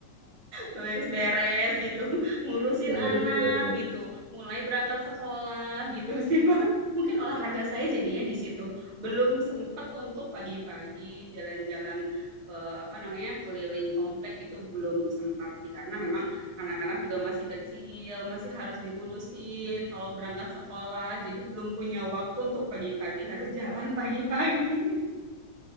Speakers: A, on the right; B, on the right.
A: Beberes-beres gitu, <laughs> ngurusin
B: <laughs> Deret,
A: anak
B: deret,
A: gitu, mulai berangkat sekolah gitu sih, Pak. Mungkin olahraga saya jadinya di situ. Belum sempat untuk pagi-pagi jalan-jalan, eee, apa namanya, keliling komplek itu belum sempat sih, karena memang anak-anak juga masih kecil, masih harus diurusin kalau berangkat sekolah, jadi belum punya waktu untuk pagi-pagi harus jalan pagi-pagi.